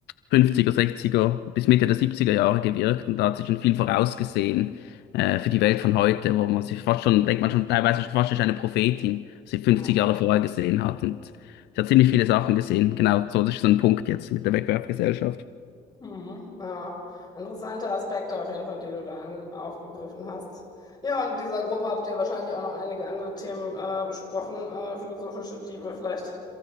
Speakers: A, on the left; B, on the left.
A: 50er, 60er bis Mitte der 70er Jahre gewirkt und da hat sich schon viel vorausgesehen äh, für die Welt von heute, wo man sich fast schon, denkt man schon teilweise schon fast schon ist eine Prophetin, was sie 50
B: Ja.
A: Jahre vorher gesehen hat und sie hat ziemlich viele Sachen gesehen. Genau, so das ist so ein Punkt jetzt mit der Wegwerfgesellschaft.
B: Hm, ja, interessante Aspekte auf jeden Fall, die du da an, aufgegriffen hast. Ja, und in dieser Gruppe habt ihr wahrscheinlich auch noch einige andere Themen äh, besprochen, äh, philosophische, die wir vielleicht